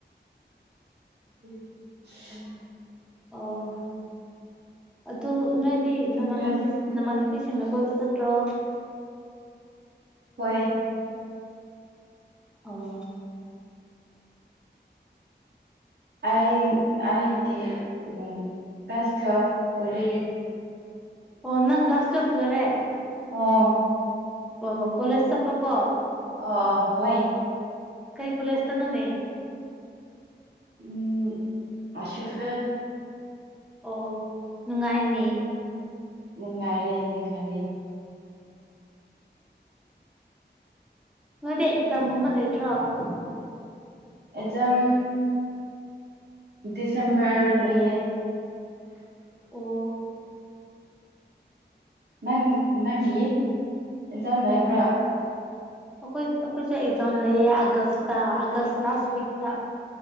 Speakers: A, on the right; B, in the centre.
A: <unintelligible>
B: ꯑꯣ ꯑꯗꯨ ꯅꯣꯏꯗꯤ ꯅꯃꯥꯟꯅꯕꯤ
A: ꯀ꯭ꯂꯥꯁ
B: ꯃꯅꯤꯕꯤꯁꯤꯅ ꯀꯣꯏꯕ ꯆꯠꯇ꯭ꯔꯣ
A: ꯍꯣꯏ
B: ꯑꯣ
A: ꯑꯩ ꯑꯩꯒꯤ <unintelligible> ꯀ꯭ꯂꯥꯁ ꯇ꯭ꯨꯌꯦꯜꯐ ꯄꯨꯔꯤ
B: ꯑꯣ ꯅꯪ ꯀ꯭ꯂꯥꯁ ꯇ꯭ꯋꯦꯜꯐ ꯂꯣꯏꯔꯦ
A: ꯑꯣ
B: ꯑꯣ ꯀꯣꯂꯦꯖ ꯆꯞꯄ ꯀꯣ
A: ꯑꯣ ꯍꯣꯏ
B: ꯀꯩ ꯈꯨꯨꯂꯁ ꯇꯅꯅꯦ
A: ꯎꯝ ꯑꯁꯐ
B: ꯑꯣ ꯅꯨꯡꯉꯥꯏꯅꯦ
A: ꯅꯤꯉꯥꯏꯔꯦ ꯅꯤꯉꯥꯏꯔꯦ
B: ꯅꯣꯏꯗꯤ ꯑꯦꯛꯖꯥꯝꯒꯨꯝꯕ
A: <unintelligible>
B: ꯂꯩꯇ꯭ꯔꯣ ꯑꯣ
A: ꯑꯦꯗꯝꯝ ꯗꯤꯁꯦꯝꯕꯔ ꯂꯩꯌꯦ
B: ꯑꯣ
A: ꯅꯪ ꯅꯪꯒꯤ ꯑꯦꯛꯖꯥꯝ ꯂꯩꯕ꯭ꯔꯥ
B: ꯑꯩꯈꯣꯏ ꯑꯩꯈꯣꯏꯁꯨ ꯑꯦꯛꯖꯥꯝ ꯂꯩꯌꯦ ꯑꯥꯒꯁꯇ ꯑꯥꯒꯁ ꯂꯥꯁ ꯋꯤꯛꯇ